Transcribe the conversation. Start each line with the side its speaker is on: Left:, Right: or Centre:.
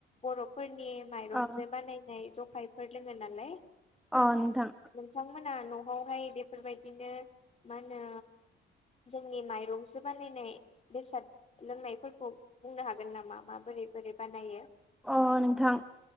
Left: बर'फोरनि नि माइरंजों
Centre: अ
Left: बानायनाय जखायफोर लोङो नालाय। हो
Centre: अ
Left: नोंथांमोना
Centre: नोंथां
Left: न'हावहाय बेफोरबायदिनो मा होनो जोंनि माइरंस जो बानायनाय बेसाद लोंनायफोरखौ बुंनो हागोन नामा माबोरै बोरै बानायो?
Centre: अ नोंथां